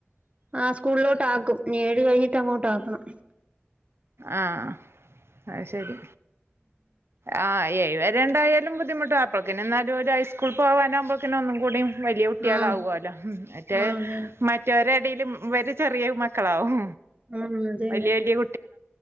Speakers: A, on the right; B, on the right.
A: ആഹ് സ്കൂളോട്ട് ആക്കും ഏഴ് കഴിഞ്ഞിട്ട് അങ്ങോട്ട് ആക്കണം
B: ആഹ് അഹ്ശരി ആഹ് എഴുവരെണ്ടായാലും ബുദ്ധിമുട്ട അപ്പോൾക്ന് ന്നാലും ഒരു ഹൈസ്കുൾക് പോവാനവുമ്പോക്ന് ഒന്നുകൂടിം വല്യയ കുട്ട്യേളവൊലൊ
A: ആഹ്
B: മറ്റേ
A: ആഹ് അതെ
B: മറ്റ് മറ്റൊരെടില് ഇവര് ചെറിയ മക്കളാവും
A: ഉം അതന്നെ
B: വലിയ വലിയ